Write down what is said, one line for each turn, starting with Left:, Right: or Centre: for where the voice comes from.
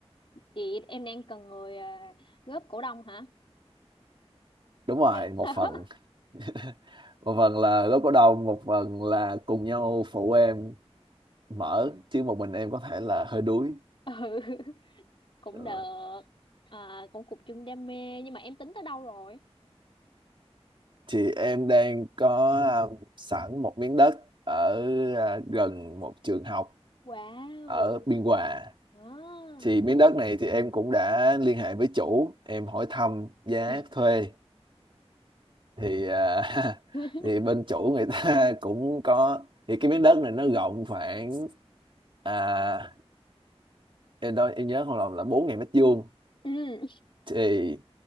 Left: chị em đang cần người à, góp cổ đông hả
Right: Đúng rồi,
Left: <laughs>
Right: một phần <laughs> một phần là góp cổ đông, một phần là cùng nhau phụ em mở chứ một mình em có thể là hơi đuối.
Left: ừ cũng
Right: Ờ,
Left: được à, cũng cùng chung đam mê nhưng mà em tính tới đâu rồi
Right: Thì em đang có à, sẵn một miếng đất ở à, gần một trường học
Left: wow
Right: ở Biên Hòa
Left: à.
Right: thì miếng đất này thì em cũng đã liên hệ với chủ em hỏi thăm giá
Left: ừ
Right: thuê thì à,
Left: <laughs>
Right: <laughs> thì bên chủ người ta <laughs> cũng có thì cái miếng đất này nó rộng khoảng à, em đó em nhớ không lầm là bốn nghìn mét vuông
Left: ừ
Right: thì